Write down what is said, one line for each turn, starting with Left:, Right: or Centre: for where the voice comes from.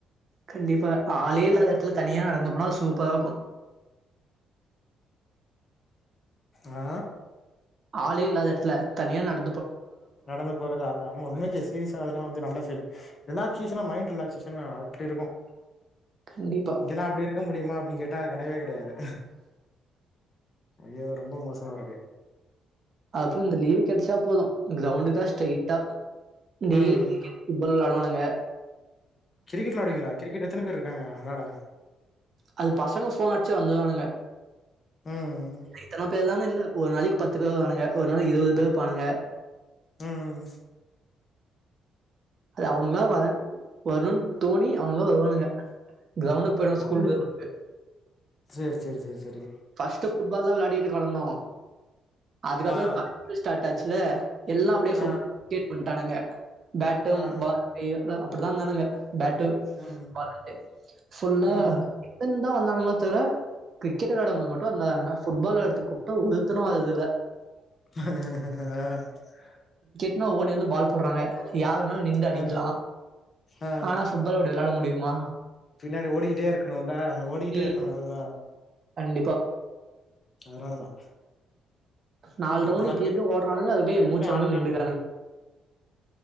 Right: கண்டிப்பா ஆலே இல்லாத எடத்துல தனியா நடந்து போனா சூப்பரா இக்கு
Left: ஆ
Right: ஆளே இல்லாத எடத்துல தனியா நட
Left: நடந்து போறது அது ஆமா உண்மைக்கே சீரிசா அதெல்லா வந்து நல்ல துடு ரிலாக்சேஷனா மைண்ட் ரிலாக்சேஷன்னா அப்டி இருக்கும்
Right: கண்டிப்பா.
Left: இங்கல்லா அப்டி இருக்க முடியுமா அப்டி கேட்டா கெடைவே கெ டயாது ஐயோ ரொம்ப மோச மா இருக்கு
Right: அப்புறம் இந்த லீவு கெடைச்சா போதும் கிரௌண்டு தா ஸ்ட்ரைட்டா டெய்லி
Left: ம்
Right: கிரிக்கெட் ஃபுட்பால் விளாடுவானுங்க
Left: கிரிக்கெட் விளாடுவிங்களா கிரிக்கெட் எத்தன பேர் இருக்காங்க வெளாட
Right: அது பசங்க ஃபோன் அடிச்சா வந்துருவானுங்க
Left: ம்
Right: இத்தன பேர் தான இல்ல ஒரு நாளைக்கு பத்து பேர் வருவானுங்க ஒரு நாளைக்கு இருவது பேர் இருப்பானுங்க
Left: ம் ம்
Right: அது அவனுங்கிலா வ வருணுன் தோணி அவனுங்கிளா வருவானுங்க கிரவுண்டுக்கு போயிடுவோம்
Left: பௌளிங்
Right: ஸ்கூல் கிரவுண்டுக்கு.
Left: சேரி சேரி சேரி சேரி
Right: பஸ்ட்டு ஃபுட்பால் தா விளா திட்டு கடந்தோம் அதுக்கப்புறம்
Left: ஆ
Right: ப <inaudible> ஸ்டார்ட் ஆச்சில்ல எல்லாம் அப்டே ஃபுட்
Left: ஆ
Right: கேட்டு வன்ட் டானுங்க பேட்டேம்
Left: ஆ
Right: பால் அய்யோ நா அப் அப்டிதா இருந்தானுங்க பேட்டு
Left: ம்
Right: பால் வெயிட்டு ஃபுல்லா
Left: ம்
Right: வந் தா ஒண்ணா இருக்குங்ளோ தெர்ல கிரிக்கெட் கட் ஆடும் போது மட்டும் வந்தா இன்னாங்க ஃபுட்பால் விளாடத்துக்கு கூப்ட்டோ ஒருத்தணும் வரதில்ல
Left: ஆ
Right: இன்னு ஓடி வந்து பால் போடறாங்க யாரு வேணாலும் நின்டு அடிக்கலா
Left: ஆ ஆ
Right: ஆனா புஃட்பால் அப்டி விளாட முடி மா
Left: பின்னாடி ஓடிக்கிட்டே இருக்கனுல்ல ஓடிக்கிட்டே
Right: ம்.
Left: இருக்கனு அதா
Right: கண்டிப்பா
Left: அதனாலதா
Right: நாலு
Left: இப்பல்லா
Right: ரவுண்ட்டு இப்ப இப்படிய ஓடுறானுங்க அதுக்கே
Left: எதுக்குமே
Right: மூச்சுவங்க
Left: ஆள் இல்லாம
Right: நின்டுக்குறானுங்க